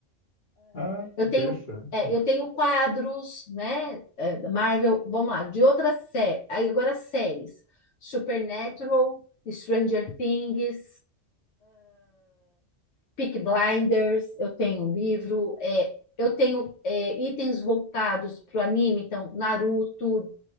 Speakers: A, on the left (about 40°); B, on the left (about 75°).
A: Ah, que
B: Eu
A: interessante.
B: tenho, é, eu tenho quadros, né? é, da Marvel, vamos lá, de outras séries. Aí agora séries: Supernatural, Stranger Things, Peaky Blinders. Eu tenho livro. é, eu tenho é, itens voltados para o anime, então Naruto,